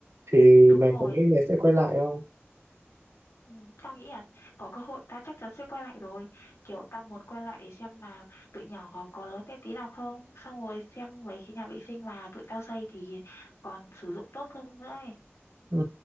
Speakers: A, on the right (about 85°); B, on the left (about 90°).
A: thì
B: đúng
A: mày
B: rồi
A: có nghĩ mày sẽ quay lại không?
B: ừ, tao nghĩ là có cơ hội tao chắc chắn sẽ quay lại rồi kiểu tao muốn quay lại để xem là tụi nhỏ có lớn thêm tí nào không xong rồi xem mấy cái nhà vệ sinh mà tụi tao xây thì còn sử dụng tốt không nữa ấy
A: Ừ,